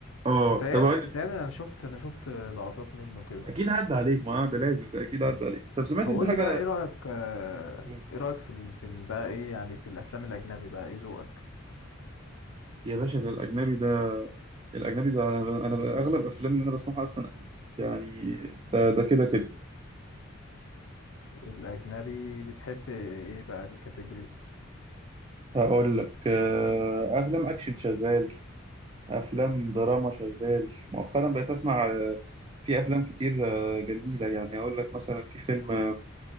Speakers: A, on the right (about 25°); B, on the left (about 70°).
A: اه
B: متهيألي
A: طب أقول لك-
B: متهيألي انا شفت انا شفت لقطات منه كده
A: اكيد عدى عليك ما آه، ده لازم ده اكيد عدى عليك طب سمعت
B: طب
A: انت
B: قول
A: حاجه
B: لي بقى ايه رأيك آه،
A: يا
B: ايه رأيك في ال... في ال... بقى ايه يعني في الافلام الاجنبي بقى ايه ذوقك
A: باشا ده الأجنبي ده الأجنبي ده أنا أنا أغلب أفلام اللي أنا بسمعها أصلا أجنبي يعني ده ده كده كده
B: الاجنبي بتحب ايه بقى الكاتيجوري
A: هقول لك آه، أفلام أكشن شغال أفلام دراما
B: مم.
A: شغال مؤخرا بقيت أسمع آه، في أفلام كتير آه، جميلة يعني أقول لك مثلا في فيلم آه،